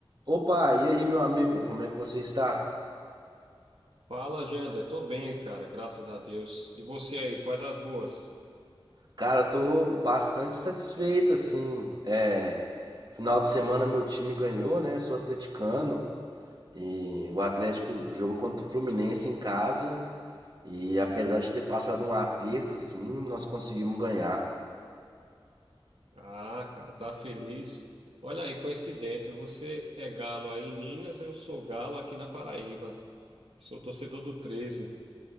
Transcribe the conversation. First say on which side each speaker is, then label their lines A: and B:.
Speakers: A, on the right; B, on the right.
A: Opa, e aí, meu amigo, como é que você está?
B: Fala, Jander. Tô bem, cara, graças a Deus. E você aí, quais as boas?
A: Cara, eu tô bastante satisfeito, assim. É, final de semana meu time ganhou, né? Sou atleticano e o Atlético jogou contra o Fluminense em casa e apesar de ter passado um aperto, assim, nós conseguimos ganhar.
B: Ah, cara, tá feliz. Olha aí, coincidência, você é galo aí em Minas, eu sou galo aqui na Paraíba. Sou torcedor do Treze.